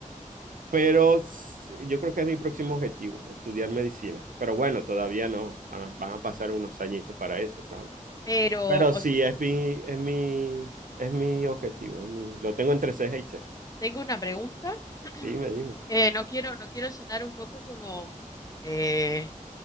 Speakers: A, on the right (about 80°); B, on the left (about 25°).
A: Pero s- yo creo que es mi próximo objetivo, estudiar medicina. Pero bueno, todavía no, van a, van a pasar unos añitos para eso, claro.
B: Pero
A: Pero sí,
B: os
A: es mi, es mi, es mi objetivo, es mi, lo tengo entre ceja y ceja.
B: tengo una pregunta. <clears throat>
A: Dime, dime.
B: Eh, no quiero, no quiero sonar un poco como eh,